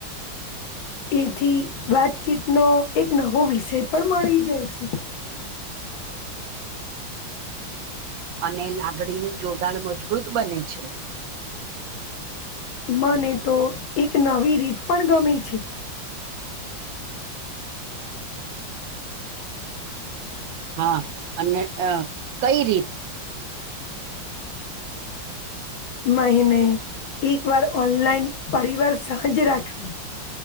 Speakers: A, on the left (about 80°); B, on the right (about 75°).
A: એથી વાતચીતનો એક નવો વિષય પણ મળી જાય છે.
B: અને લાગણીનું જોડાણ મજબૂત બને છે.
A: મને તો એક નવી રીત પણ ગમે છે
B: હા અને અ કઈ રીત?
A: મહિને એક વાર ઓનલાઈન પરિવાર સાંજ રાખવી.